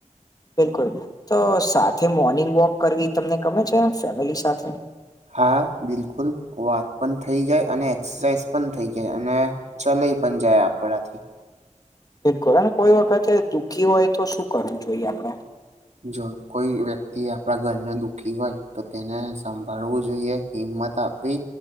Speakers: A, on the left; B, on the right.
A: બિલકુલ, તો સાથે મોર્નિંગ વોક કરવી તમને ગમે છે ફેમિલી સાથે?
B: હા, બિલકુલ વાત પણ થઈ જાય અને એક્સરસાઇઝ પણ થઈ જાય અને ચલાઈ પન જાય આપડા થી.
A: <unintelligible> કોઈ વખતે દુઃખી હોય તો શું કરવું જોઈએ આપણે?
B: જો કોઈ વ્યક્તિ આપણા ઘરનો દુઃખી હોય તો તેને સંભાળવું જોઈએ. હિંમત આપવી